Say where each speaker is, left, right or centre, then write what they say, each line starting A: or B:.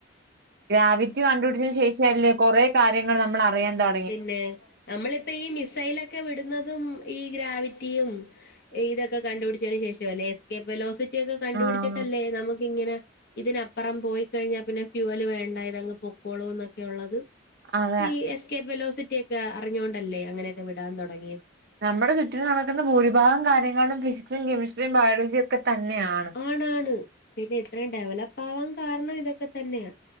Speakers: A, on the right (about 55°); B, on the left (about 55°).
A: ഗ്രാവിറ്റി കണ്ടുപിടിച്ചതിന് ശേഷം അല്ലേ കൊറേ കാര്യങ്ങൾ നമ്മൾ അറിയാൻ തൊ
B: പിന്നെ നമ്മളിപ്പ ഈ മിസൈലൊക്കെ വിടുന്നതും ഈ ഗ്രാവിറ്റിയും ഇതൊക്കെ കണ്ടുപിടിച്ചതിന് ശേഷം അല്ലേ എസ് കെ ലോസിറ്റിയ ഒക്കെ കണ്ടുപിടിട്ടല്ലേ
A: ആഹ്
B: നമു ക്കിങ്ങനെ ഇതിനപ്പറം പോയി കഴിഞ്ഞാൽ പിന്നെ ഫ്യൂവല് വേണ്ട ഇതങ്ങ് പൊക്കോളുംന്നൊക്കെ ഒള്ളത്
A: അതെ
B: ഈ എസ് കെ ഫെലോസിറ്റിയൊക്കെ അറിഞ്ഞോൊണ്ടല്ലേ അങ്ങനെയൊക്കെ വിടാൻ തൊടങ്ങിയത്.
A: നമ്മടെ ചുറ്റിനും നടക്കുന്ന ഭൂരിഭാഗം കാര്യങ്ങളിലും ഫിസിക്സും കെമിസ്ട്രിയും ബയോളജിയും ഒക്കെ തന്നെയാണ്.
B: ആണാണ്, പിന്നെ ഇത്രയും ഡെവലപ്പാവാൻ കാരണം ഇതൊക്കെ തന്നെയാ.